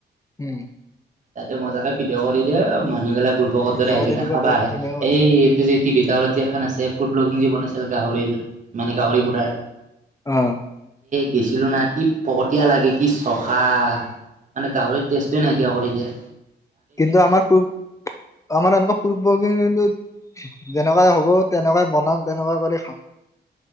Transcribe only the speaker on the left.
উম।
ভিডিঅ'
কৰি
দিব
তাৰ
ধুনীয়া
কৈ।
অ ।
কিন্তু আমাৰ প আমাৰ এনেকুৱা পূৰ্ব <unintelligible> যেনেকুৱাই হ'ব তেনেকুৱাই বনাম তেনেকুৱা কৰি খাম।